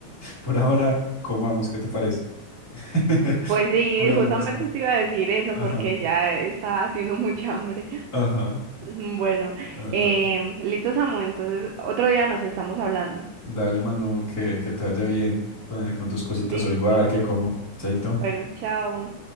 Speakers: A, on the left; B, on the right.
A: Por ahora, comamos, ¿qué te parece? <laughs>
B: Pues sí,
A: Por almorzar.
B: justamente te iba a decir eso
A: Ajá,
B: porque ya está haciendo mucha hambre. <laughs>
A: ajá.
B: Bueno,
A: Ah,
B: em,
A: Dale,
B: listo, Samu, entonces otro día nos estamos hablando.
A: dale, Manu, que, que te vaya bien con, con tus cositas.
B: Listo,
A: Hoy voy a ver qué como. Chaito.
B: bueno, chao.